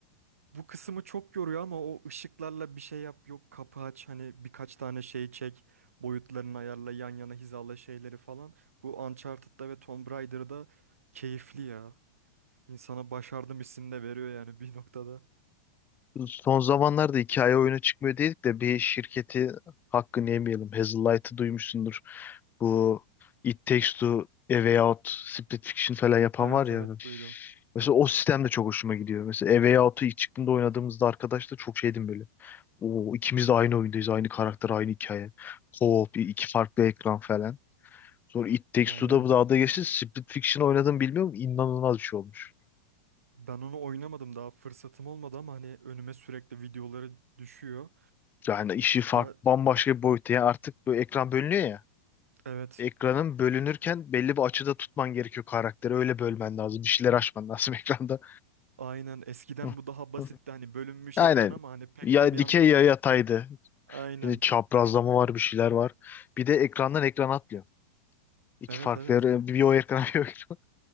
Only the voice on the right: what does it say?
Bu kısmı çok yoruyor ama o ışıklarla bir şey yap yok kapı aç hani birkaç tane şey çek. Boyutlarını ayarla yan yana hizala şeyleri falan. Bu Uncharted'da ve Tomb Raider'da keyifli ya. İnsana başardım hissini de veriyor yani bir noktada.
Evet
evet duydum.
Aynen.
Ben onu oynamadım daha fırsatım olmadı ama hani önüme sürekli videoları düşüyor.
Ya
evet.
Aynen eskiden
bu daha basitti
hani bölünmüş
ekran ama hani pek
de bir
anlamı
yoktu.
Aynen.
Evet
evet.